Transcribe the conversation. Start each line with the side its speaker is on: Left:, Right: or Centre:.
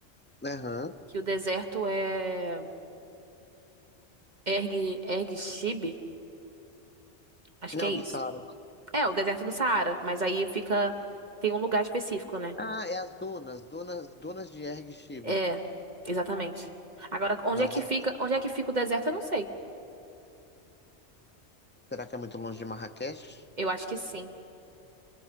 Left: Aham.
Right: que o deserto é Erg, Erg Chib, acho
Left: Não,
Right: que é
Left: do
Right: isso.
Left: Saara.
Right: É, o deserto do Saara, mas aí fica. Tem um lugar específico, né?
Left: Ah, é as dunas, dunas, dunas de Erg Chibe.
Right: É, exatamente. Agora, onde
Left: Nós
Right: é que
Left: vamos.
Right: fica, onde é que fica o deserto? Eu não sei.
Left: Será que é muito longe de Marrakech?
Right: Eu acho que sim.